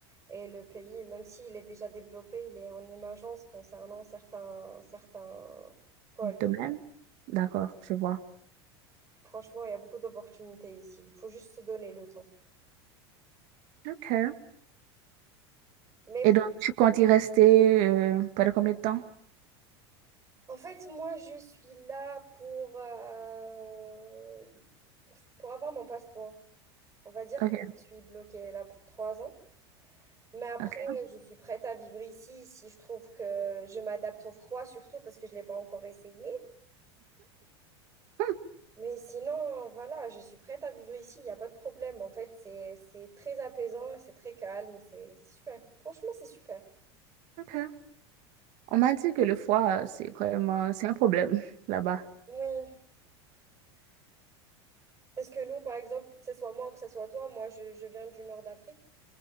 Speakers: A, on the right; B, on the right.
A: Et le pays, même s'il est déjà développé, il est en émergence concernant certains, certains pôles.
B: De même. D'accord, je vois.
A: Franchement, il y a beaucoup d'opportunités ici. Il faut juste se donner le temps.
B: OK.
A: Mais
B: Et donc, tu comptes y rester euh, pendant combien de temps?
A: en fait, moi, je suis là pour, euh, pour, pour avoir mon passeport. On va dire
B: OK,
A: que je suis bloquée là pour trois ans. Mais après,
B: OK.
A: je suis prête à vivre ici si je trouve que je m'adapte au froid, surtout parce que je ne l'ai pas encore essayé.
B: Hmm,
A: Mais sinon, voilà, je suis prête à vivre ici. Il n'y a pas de problème. En fait, c'est, c'est très apaisant, c'est très calme, c'est c'est super. Franchement, c'est super.
B: OK. On m'a dit que le foie, euh, c'est vraiment... C'est un problème <laughs> là-bas.
A: Oui, Parce que nous, par exemple, que ce soit moi ou que ce soit toi, moi, je, je viens du nord d'Afrique